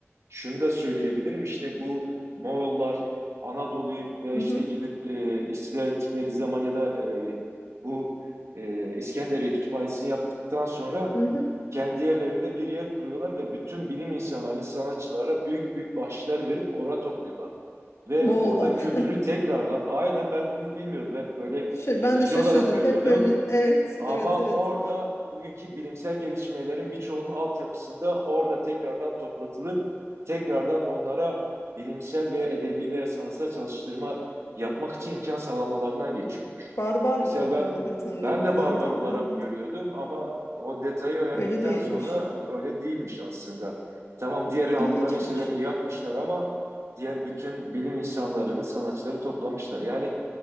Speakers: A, on the right; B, on the left.
A: şunu da söyleyebilirim işte bu Moğollar Anadolu'yu ve
B: hı
A: işte
B: hı,
A: gidip e, istila ettikleri zaman ya da e, bu e, İskenderiye Kütüphanesi'ni yaktıktan sonra
B: hı hı.
A: kendi yerlerinde bir yer kuruyorlar ve bütün bilim insanlarını, sanatçılara büyük büyük bahşişler verip oraya topluyorlar. Ve
B: Moğollar.
A: orada kültürü
B: <laughs>
A: tekrardan, aynen ben bunu bilmiyordum, hep böyle
B: Şey,
A: yıkıcı
B: ben de şaşırdım.
A: olarak görüyordum.
B: Hep böyle. Evet,
A: Ama
B: evet, evet.
A: orada bugünkü bilimsel gelişmelerin birçoğunun altyapısında orada tekrardan toplatılıp tekrardan onlara bilimsel veya edebi veya sanatsal çalıştırma yapmak için imkan sağlamalarından geçiyormuş.
B: Barbar
A: Mesela
B: bir toplum
A: ben
B: olarak tanınıyor
A: ben de
B: genelde
A: barbar
B: ama
A: olarak
B: evet.
A: görüyordum ama o detayı öğrendikten
B: Öyle değilmiş.
A: sonra öyle değilmiş aslında. Tamam diğer
B: İlginçmiş.
A: halkların şeylerini yakmışlar ama diğer bütün bilim insanlarını, sanatçıları toplamışlar. Yani